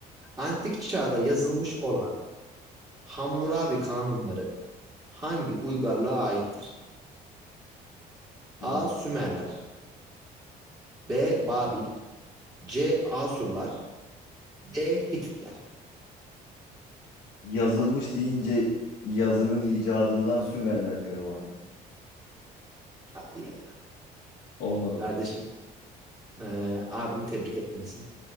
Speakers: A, on the right; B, on the left.
A: Antik çağda yazılmış olan Hammurabi kanunları hangi uygarlığa aittir? A.
B: Hı.
A: Sümerler B. Babil C. Asurlar D. Hititler.
B: Yazılmış deyince yazının icadından Sümerler diyorum abi.
A: Hadi ya.
B: Olmadı mı?
A: Kardeşim, eee abini tebrik etmelisin.